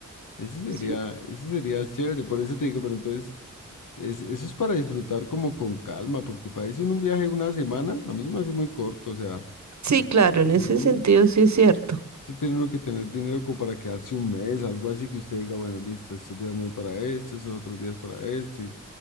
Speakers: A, on the left (about 70°); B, on the right (about 55°).
A: ese sería,
B: Sí,
A: ese sería chévere, por eso te digo, pero entonces... Es, eso es para disfrutar como con calma, porque parece un viaje de una semana, a mí se me hace muy corto, o sea,
B: sí,
A: eso
B: claro,
A: tiene
B: en
A: que
B: ese
A: ser un-
B: sentido sí es cierto.
A: eso tiene uno que tener dinero como para quedarse un mes, algo así que usted diga, bueno, listo, estos días me voy para esto, esos otros días para esto, y-